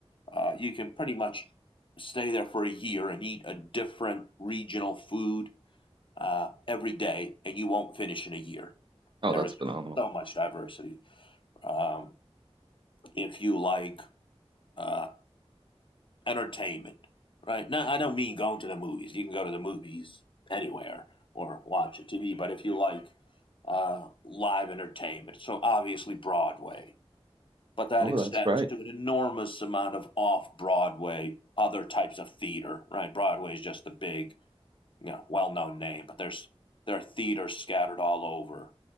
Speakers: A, on the left; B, on the right.
A: Uh, you can pretty much stay there for a year and eat a different regional food uh, every day, and you won't finish in a year.
B: Oh,
A: There
B: that's
A: is just
B: phenomenal.
A: so much diversity. Um, if you like uh, entertainment, right? Now, I don't mean going to the movies. You can go to the movies anywhere or watch a TV, but if you like uh, live entertainment, so obviously Broadway, But that
B: Oh,
A: extends
B: that's right.
A: to an enormous amount of off-Broadway, other types of theater, right? Broadway is just the big, you know, well-known name, but there's there are theaters scattered all over,